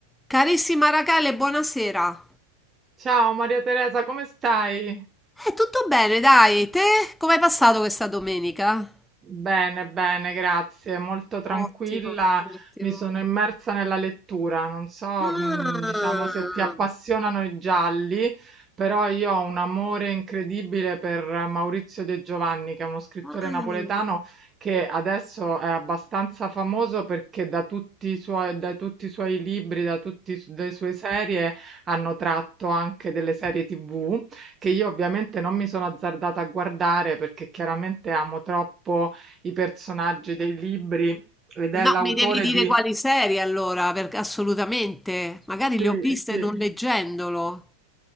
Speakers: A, in the centre; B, on the right.
A: Carissima Rachele, buonasera.
B: Ciao Maria Teresa, come stai?
A: È tutto bene, dai. Te? Come hai passato questa domenica?
B: Bene, bene, grazie. Molto tranquilla,
A: Ottimo, ottimo.
B: mi sono immersa nella lettura. Non so,
A: Ah,
B: mh, diciamo, se ti appassionano i gialli, però io ho un amore incredibile per Maurizio De Giovanni, che è uno scrittore
A: ah.
B: napoletano che adesso è abbastanza famoso perché da tutti i suoi, da tutti i suoi libri, da tutte le sue serie hanno tratto anche delle serie TV che io ovviamente non mi sono azzardata a guardare perché chiaramente amo troppo i personaggi dei libri ed è
A: No,
B: l'autore
A: mi devi dire
B: di
A: quali serie allora, perché assolutamente. Magari
B: sì,
A: le ho viste
B: sì.
A: non leggendolo.